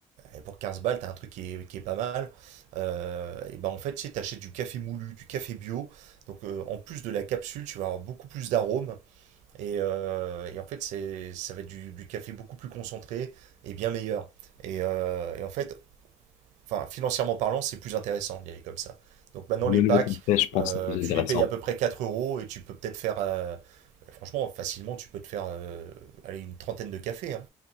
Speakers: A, on the right; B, on the left.
A: Et pour 15 balles, t'as un truc qui est, qui est pas mal. Euh, et ben en fait, tu sais, t'achètes du café moulu, du café bio. Donc euh, en plus de la capsule, tu vas avoir beaucoup plus d'arômes. Et, euh, et en fait, c'est, ça va être du, du café beaucoup plus concentré et bien meilleur. Et, euh, et en fait, enfin, financièrement parlant, c'est plus intéressant d'y aller comme ça. Donc maintenant,
B: Même
A: les packs,
B: le tempeh, je pense
A: euh,
B: que c'est plus
A: tu
B: intéressant.
A: les payes à peu près 4 euros et tu peux peut-être faire, euh, franchement, facilement, tu peux te faire euh, allez, une trentaine de cafés. hein.